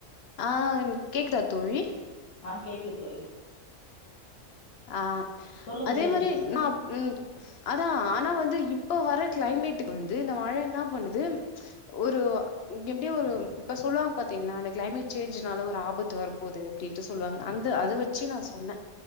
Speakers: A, on the left; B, on the left.
A: ஆ கேக்குதா தோழி
B: ஆ கேக்குத் தோழி
A: ஆ
B: சொல்லுங்க
A: அதே
B: சொல்லுங்க
A: மாரி நாப் ம் தா ஆனா வந்து இப்ப வர க்ளைமேட்டுக்கு வந்து இந்த மழ என்னா பண்ணுது ஒரு எப்டி ஒரு இப்ப சொல்லுவாங் பாத்தீங்ளா அந்த க்ளைமேட் சேஞ்ச்னால ஒரு ஆபத்து வரப்போது அப்டின்ட்டு சொல்வாங்க அந்த அத வெச்சு நா சொன்ன